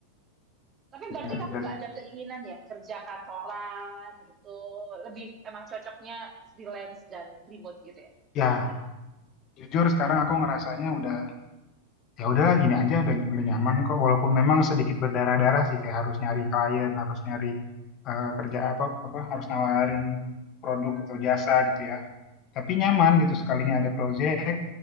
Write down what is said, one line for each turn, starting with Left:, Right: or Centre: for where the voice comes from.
Right: Tapi
Left: Bener.
Right: berarti kamu
Left: Dan
Right: nggak ada keinginan ya kerja kantoran gitu. Lebih emang cocoknya freelance dan remote gitu ya.
Left: ya jujur sekarang aku ngerasanya udah ya udahlah gini aja udah ny- udah nyaman kok walaupun memang sedikit berdarah-darah sih kayak harus nyari klien, harus nyari eh, kerja apa apa harus nawarin produk atau jasa gitu ya. Tapi nyaman gitu sekalinya ada project